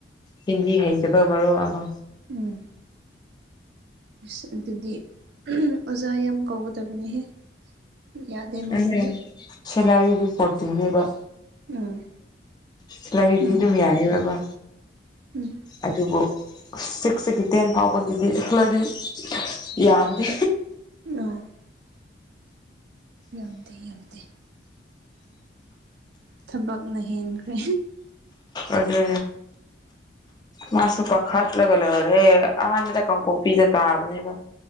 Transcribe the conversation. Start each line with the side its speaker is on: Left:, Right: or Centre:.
Left: ꯍꯤꯟꯗꯤ ꯍꯩꯇꯥꯕ ꯃꯔꯣ ꯑꯃ
Right: ꯎꯝ ꯑꯁ ꯑꯗꯨꯗꯤ ꯑꯣꯖꯥ ꯌꯥꯝ ꯀꯧꯒꯗꯕꯅꯤꯍꯦ ꯌꯥꯗꯦ ꯃꯣꯏꯒꯤꯗꯣ
Left: ꯑꯥ ꯁꯤꯂꯔꯤꯗꯤ ꯀꯇꯅꯦꯕ
Right: ꯎꯝ
Left: ꯁꯤꯂꯕꯤꯗꯤ
Right: ꯎꯝ
Left: ꯑꯗꯨꯝ ꯌꯥꯏꯌꯦ ꯕ
Right: ꯎꯝ
Left: ꯑꯗꯨꯕꯨ ꯁꯤꯛꯁꯇꯒꯤ ꯇꯦꯟ ꯐꯥꯎꯕꯒꯤꯗꯤꯂꯗꯤ ꯌꯥꯝꯗꯦ
Right: ꯑ ꯌꯥꯝꯗꯦ ꯌꯥꯝꯗꯦ ꯊꯕꯛꯅ ꯍꯦꯟꯈ꯭ꯔꯦ
Left: ꯑꯗꯨ ꯃꯥꯁꯨ ꯄꯥꯈꯠꯂꯒ ꯂꯩꯔꯦ ꯑꯍꯥꯟꯕꯗ ꯀꯥꯡꯀꯣꯛꯄꯤꯗ ꯇꯥꯕꯅꯦꯕ